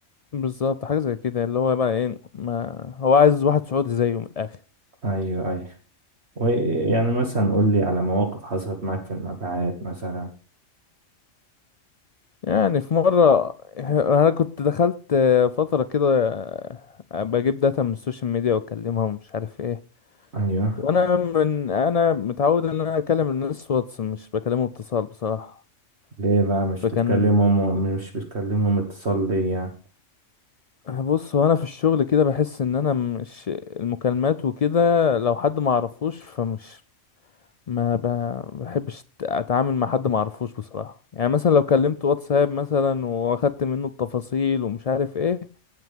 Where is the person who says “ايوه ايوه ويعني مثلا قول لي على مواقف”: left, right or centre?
Right